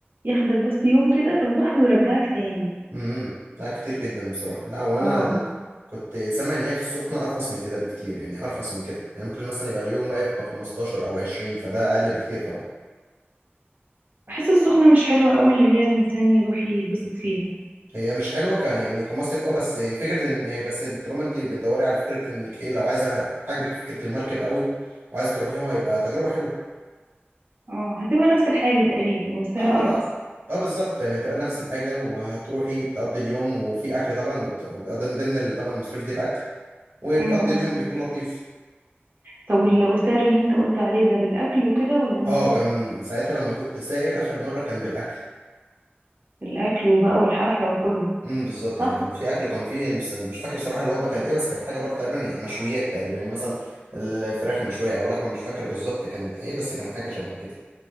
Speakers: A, on the right; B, on the right.
A: ياخدك بس يوم كده في البحر ويرجعك تاني
B: امم لا كتير جدا بصراحة لا وانا
A: اه
B: ال... كنت سامع ان هي في السخنة ارخص من كده بكتير يعني ارخص من كده يعني ممكن مثلا يبقى اليوم واقف ب 15 او 20 فده اقل بكتير طبعا
A: بحس السخنة مش حلوة قوي اللي هي الإنسان يروح يتبسط فيها
B: هي مش حلوه ك يعني كمصيف اه بس فكره ان بس طالما انت بتدوري على فكره انك ايه لو عايزه عاجبك فكره المركب قوي وعايزه تروحيها هيبقى تجربه حلوه
A: اه هتبقى نفس الحاجة تقريبا والسعر
B: اه هو
A: أرخص
B: اه بالظبط يعني هتبقى نفس الحاجة وهتروحي تقضي اليوم وفي أكل طبعا وت- وبيبقى من ضمن ال- طبعا المصاريف دي الأكل وبتقضي
A: مم.
B: اليوم بيكون لطيف
A: طب وال- والسعر اللي انت قلت عليه ده بالاكل وكده ولا من
B: اه
A: غير
B: كان ساعتها لما كنت سائل آخر مرة كان بالأكل
A: الاكل وبقى والحفله وكله
B: امم بالظبط
A: صح
B: يعني كان في أكل وكان في مش مش فاكر الصراحة الوجبة كانت إيه بس كانت حاجة برضه تقريبا يعني مشويات تقريبا يعني مثلا الفراخ مشوية أو لحمة مش فاكر بالظبط كانت إيه بس كان حاجة شبه كده